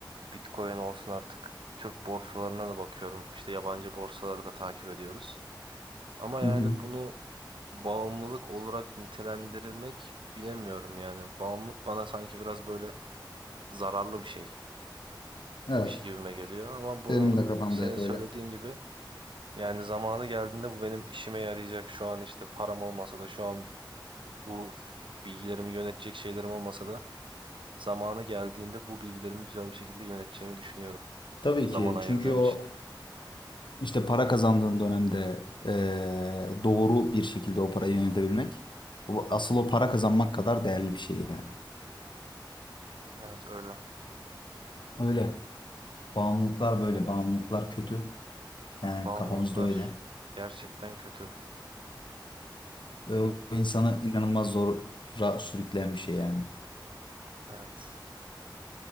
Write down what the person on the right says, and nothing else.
Bitcoin olsun artık Türk borsalarına da bakıyorum. İşte yabancı borsaları da takip ediyoruz. Ama yani
bunu bağımlılık olarak nitelendirilmek bilemiyorum yani. Bağımlılık bana sanki biraz böyle zararlı bir şey.
miş gibime geliyor ama bunu
senin
söylediğin
gibi yani zamanı geldiğinde bu benim işime yarayacak şu an işte param olmasa da şu an bu bilgilerimi yönetecek şeylerim olmasa da zamanı geldiğinde bu bilgilerimi güzel bir şekilde yöneteceğimi düşünüyorum.
Zaman
ayırdığım
için.
Evet öyle.
Bağımlılıklar
gerçekten kötü.
Evet.